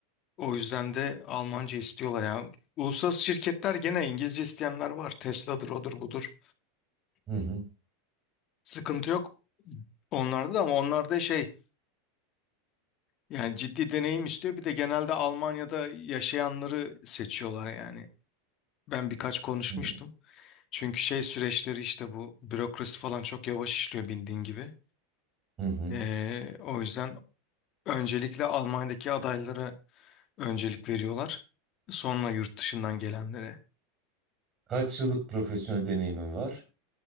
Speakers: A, on the left (about 35°); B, on the right (about 25°).
A: o yüzden de Almanca istiyorlar ya. Uluslararası şirketler gene İngilizce isteyenler var. Tesla'dır, odur budur.
B: hı hı,
A: Sıkıntı yok onlarda da ama onlarda şey yani ciddi deneyim istiyor. Bir de genelde Almanya'da yaşayanları seçiyorlar yani. Ben birkaç konuşmuştum.
B: hı
A: Çünkü şey süreçleri işte bu bürokrasi falan çok yavaş işliyor bildiğin gibi.
B: hı. hı.
A: Ee, o yüzden öncelikle Almanya'daki adaylara öncelik veriyorlar. Sonra yurt dışından gelenlere.
B: Kaç yıllık profesyonel deneyimin var?